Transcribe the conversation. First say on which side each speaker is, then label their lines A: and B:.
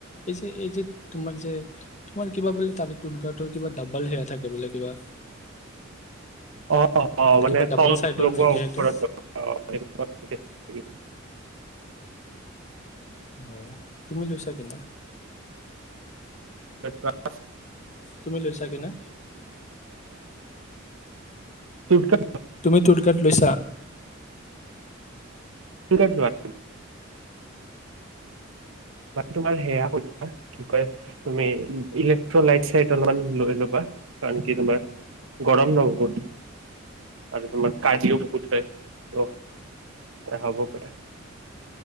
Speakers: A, on the left; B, on the right.
A: এই যে এই যে তোমাৰ যে। তোমাৰ কিবা বোলে তাতেৰ কিবা ডাবল সেয়া থাকে বোলে কিবা?
B: অ অ মানে
A: কিবা ডাবল
B: তল
A: চাইডৰ
B: লগোৱা
A: নেকি
B: ওৰত
A: সেইটো?
B: লগোৱা তেনে থাকে?
A: অ তুমি লৈছা কি না।
B: া <inaudible> <unintelligible>
A: তুমি লৈছা কিনা।
B: চুটকা
A: তুমি টো টিকেট লৈছা।
B: নোৱাৰি? তোমাৰ সেয়া কি কয় তুমি ইলেক্ট্ৰ লাইট চাইট অলমান লৈ ল'বা কাৰণ কি তোমাৰ গৰম ন বহুত? আৰু তোমাৰ কাজিও বহুত হয় হব প